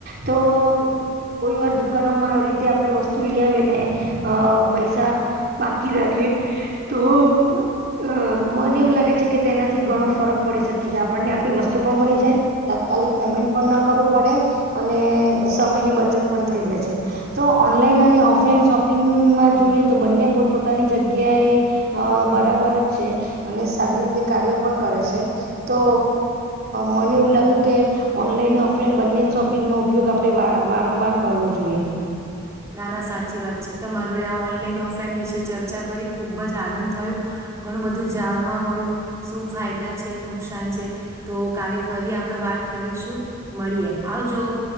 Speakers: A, on the right; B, on the right.
A: તો કોઈ વાર દુકાનોમાં આવી રીતે આપડે વસ્તુ લ્યા આવે પૈસા બાકી રાખે તો મને એવું લાગે છે કે તેનાથી ઘણો ફરક પડી શકે કે આપણને આપણી વસ્તુ પણ મળી જાય તાત્કાલિક પેમેન્ટ પણ ના કરવું પડે અને સમયની બચત પણ થઈ જાય છે તો ઓનલાઈન અને ઓફલાઈન શોપિંગમાં જોઈએ તો બંને પોતપોતાની જગ્યાએ બરાબર જ છે અને સારી રીતે કાર્ય પણ કરે છે તો મને એવું લાગ્યું કે ઓનલાઈન ઓફલાઈન બંને જ શોપિંગનો ઉપયોગ આપણે વારંવાર કરવો જોઈએ
B: નાના સાચી વાત છે તમા જોડે આ ઓનલાઈન ઓફલાઈન વિશે ચર્ચા કરી ખુબ જ આનંદ થયો ઘણું બધું જાણવા મળ્યું શું ફાયદા છે નુકસાન છે તો કાલે ફરી આપણે વાત કરીશું મળીએ આવજો